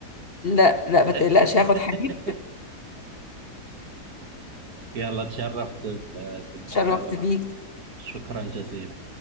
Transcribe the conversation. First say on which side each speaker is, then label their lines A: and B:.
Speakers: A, on the left (about 40°); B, on the right (about 65°).
A: لا لا
B: <laughs>
A: ما تقلقش هاخد حليب
B: يلا تشرفت ب- بالمكالمة
A: اتشرفت بيك
B: شكرا جزيلا